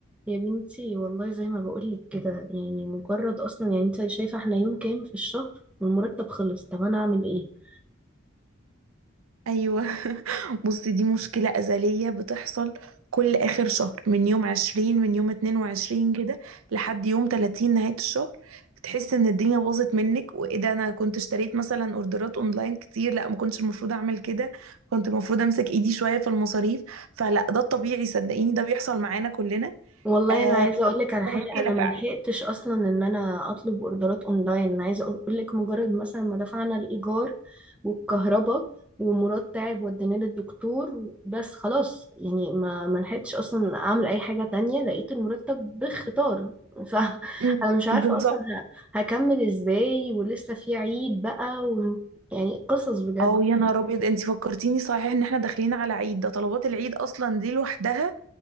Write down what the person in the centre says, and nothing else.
يا بنتي والله زي ما بقولك كده يعني مجرد اصلا يعني انت شايفه احنا يوم كام في الشهر والمرتب خلص طب انا اعمل ايه
والله
انا عايزه اقول لك على حاجه
انا ما
لحقتش اصلا ان انا اطلب اوردرات اونلاين انا عايزه اقول لك مجرد مثلا ما دفعنا الايجار والكهرباء ومراد تعب وديناه للدكتور بس خلاص يعني ما ما لحقتش اصلا اعمل اي حاجه تانية لقيت المرتب بخطار فانا
<laughs> مش عارفه
اصلا ه- هكمل ازاي ولسه في عيد بقى و... يعني قصص بجد